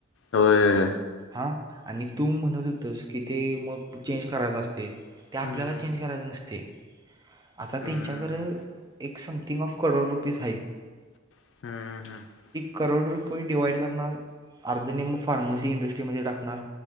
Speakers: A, on the left; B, on the right.
A: अ व्हय.
B: आ आणि तू म्हणत होतस की ते मग चेंज करायच असतय ते आपल्याला
A: हं, हं,
B: चेंज करायचं नसतय आता
A: हं,
B: त्यांच्याकडे
A: हं,
B: एक समथिंग ऑफ करोड रुपीज हाईत.
A: हम्म हम्म हम्म.
B: करोड रुपये डिवाइड करणार अर्धनिम्म फार्मसी इंडस्ट्रीमध्ये टाकणार